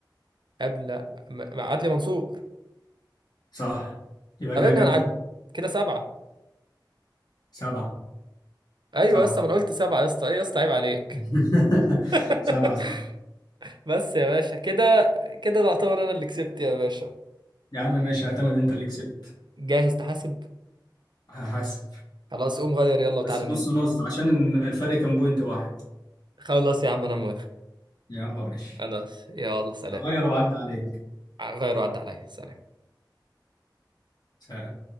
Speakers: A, on the right; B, on the left.
A: قبل م- م- عدلي منصور
B: صح يبقى
A: قبل
B: كده
A: ان
B: كام
A: انا عد... كده سبعة
B: سبعة
A: ايوه
B: سبعة
A: يا اسطى ما انا قلت سبعة يا اسطى ايه يا اسطى عيب عليك
B: <laughs>
A: <laughs>
B: سبعة صح
A: بس يا باشا كده كده ده اعتبر انا اللي كسبت يا باشا
B: يا عم ماشي اعتمد انت اللي كسبت
A: جاهز تحاسب
B: هحاسب
A: خلاص قوم غير يلا وتعالى
B: بس
A: ننزل
B: نص نص عشان الفرق كان بوينت واحد
A: خلاص يا عم انا موافق
B: يلا ماشي
A: خلاص يلا سلام
B: هغير وأعدي عليك
A: غير وعد عليا سلام
B: سلام